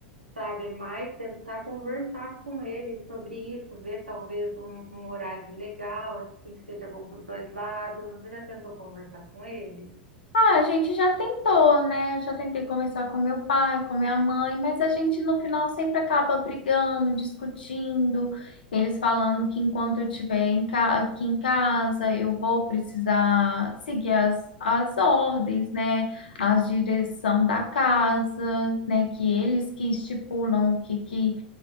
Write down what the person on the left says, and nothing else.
Ah, a gente já tentou, né? Eu já tentei conversar com meu pai, com minha mãe, mas a gente no final sempre acaba brigando, discutindo, eles falando que enquanto eu estiver em ca- aqui em casa, eu vou precisar seguir as, as ordens, né? A direção da casa, né? Que eles que estipulam o que, que